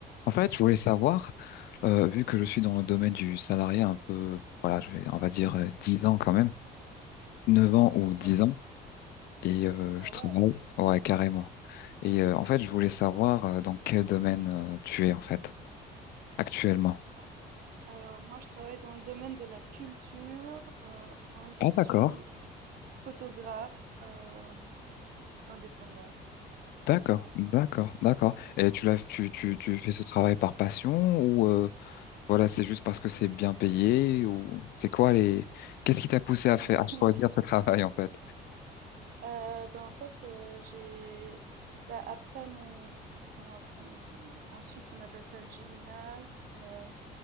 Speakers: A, on the left; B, on the right.
A: En fait, je voulais savoir, euh, vu que je suis dans le domaine du salarié un peu, voilà, je vais, on va dire euh, 10 ans quand même, 9 ans ou dix
B: Ah,
A: ans, et euh,
B: ah
A: je travaille,
B: ouais.
A: ouais, carrément. Et euh, en fait, je voulais savoir euh, dans quel domaine euh, tu es en fait actuellement.
B: Ah, alors moi, je travaille dans le domaine de la culture. Euh, moi, je
A: Ah
B: suis
A: d'accord,
B: photographe euh, indépendante, voilà,
A: d'accord,
B: freelance.
A: d'accord, d'accord. Et tu l'as, tu, tu, tu fais ce travail par passion ou euh, voilà, c'est juste parce que c'est bien payé ou c'est quoi les, qu'est-ce qui t'a poussé à faire,
B: <laughs>
A: à choisir ce travail en fait?
B: Euh, ben en fait, euh, j'ai bah, après mon, disons après mon, en Suisse on appelle ça le gymnase. euh,